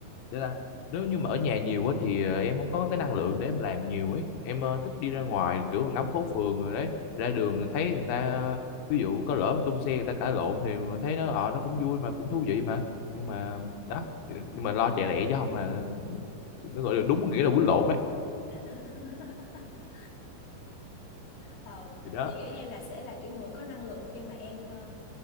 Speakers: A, on the left; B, on the left.
A: Thế là nếu như mà ở nhà nhiều quá thì ờ, em không có cái năng lượng để em làm nhiều ấy em ờ, thích đi
B: Ừ.
A: ra ngoài kiểu ngắm phố phường rồi đấy ra đường thấy người ta ờ, ví dụ có lỡ mà tung xe người ta cãi lộn thì mình thấy nó ờ nó cũng vui mà cũng thú vị mà nhưng mà đó nhưng mà lo chạy lẹ chứ không là nó gọi là đúng nghĩa là quýnh lộn ấy
B: <laughs> Ờ,
A: thì đó
B: chị nghĩ em là sẽ là kiểu người có năng lượng khi mà em ờ,